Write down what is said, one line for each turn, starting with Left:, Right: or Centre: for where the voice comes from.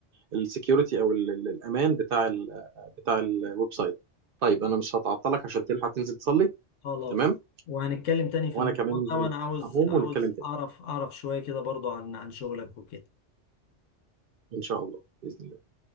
Right: السكيورتي او ال- ال- الامان بتاع ال بتاع الويب سايت طيب انا مش هتعطلك عشان تلحق تنزل تصلي
Left: خلاص
Right: تمام
Left: وهنتكلم تاني في
Right: وانا
Left: الموضوع
Right: كمان
Left: ده وانا عاوز
Right: هقوم
Left: عاوز
Right: ونتكلم تاني
Left: اعرف اعرف شوية كده برضو عن عن شغلك وكده
Right: ان شاء الله باذن الله